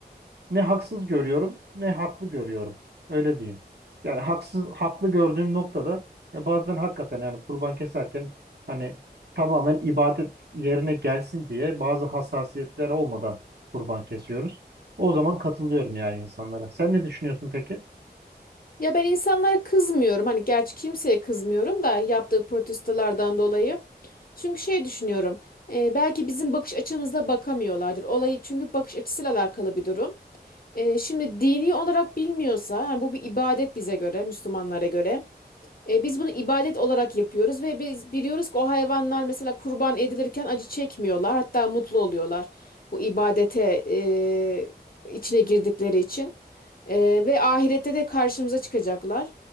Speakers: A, on the right; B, on the left.
A: ne haksız görüyorum ne haklı görüyorum. Öyle diyeyim. Yani haksız haklı gördüğüm noktada ya bazen hakikaten yani kurban keserken hani tamamen ibadet yerine gelsin diye bazı hassasiyetler olmadan kurban kesiyoruz. O zaman katılıyorum yani insanlara. Sen ne düşünüyorsun peki?
B: Ya ben insanlara kızmıyorum. Hani gerçi kimseye kızmıyorum da yaptığı protestolardan dolayı. Çünkü şey düşünüyorum. e, belki bizim bakış açımızla bakamıyorlardır. Olayı çünkü bakış açısıyla alakalı bir durum. E, şimdi dini olarak bilmiyorsa, yani bu bir ibadet bize göre, Müslümanlara göre. E, biz bunu ibadet olarak yapıyoruz ve biz biliyoruz ki o hayvanlar mesela kurban edilirken acı çekmiyorlar, hatta mutlu oluyorlar bu ibadete e, içine girdikleri için E, ve ahirette de karşımıza çıkacaklar.